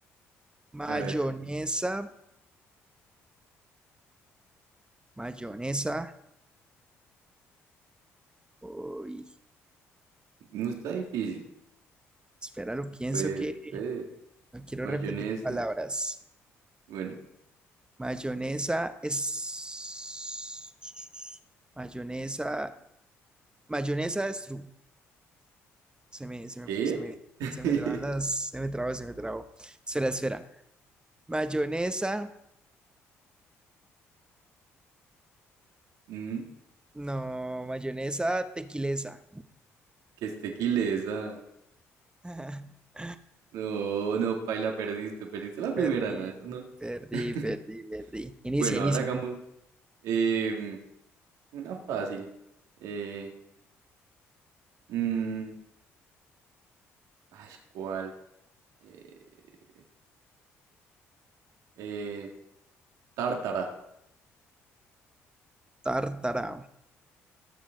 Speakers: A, on the right; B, on the right.
A: Mayonesa,
B: A ver,
A: mayonesa, uy.
B: no está difícil.
A: Espera, lo pienso
B: Tú puedes,
A: que
B: tú puedes.
A: no quiero
B: Mayonesa.
A: repetir palabras.
B: Bueno,
A: Mayonesa es. Mayonesa, mayonesa es true. Se me, se me,
B: ¿qué?
A: se me,
B: <laughs>
A: se me traban las, se me trabó, se me trabó. Espera, espera. Mayonesa,
B: Mm,
A: no, mayonesa tequilesa.
B: Que esté quilesa.
A: <laughs>
B: No, no, paila, perdiste, perdiste la primera,
A: Perdí,
B: no, eso no.
A: perdí,
B: <laughs>
A: perdí, perdí. Inicia,
B: Bueno,
A: inicia.
B: ahora hagamos
A: inicia.
B: em, una fácil. Eh, mm, ay, ¿cuál? Eh, eh, tártara.
A: Tártara,